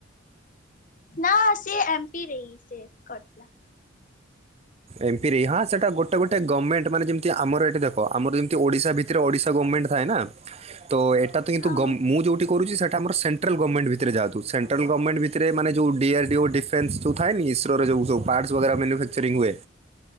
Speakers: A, on the left; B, on the right.
A: ନା ସେ ଏମପି ରେ ହିଁ ସେ କରିଥିଲା।
B: ଏମପିରେ ହାଁସେଟା ଗୋଟେ ଗୋଟେ ଗମେଣ୍ଟ ମାନେ ଯେମିତି ଆମର ଏଠି ଦେଖ ଆମର ଯେମତି ଓଡିଶା ଭି ଥିରେ ଓଡ଼ିଶା ଗଭର୍ଣ୍ମେଣ୍ଟ ଥାଏ ନା ତ ଏଟା ତ କିନ୍ତୁ
A: ହଁ
B: ଗ
A: ହଁ
B: ମୁଁ ଯଉଠି କିରୁଛି ସେଟା ଆମର ସେନ ସେଣ୍ଟ୍ରାଟ୍ରାଲ ଗଭର୍ଣ୍ମେଣ୍ଟ ଭିତରେ ଯାନ୍ତୁ ସେଟ୍ରା୍ଲ ଗଭର୍ଣ୍ମେଣ୍ଟ ଭିତରେ ମାନେ ଯଉଁ ଡିଆର୍ଡିଓ ଡିଫନ୍ସ ଜଉ ଥାଏନିକି ଇସୋରଉଁ ସୁ। ପାର୍ଟସ ବଗେରା ମ୍ୟାନୁଫାକ୍ଚରିଂ ହୁଏ।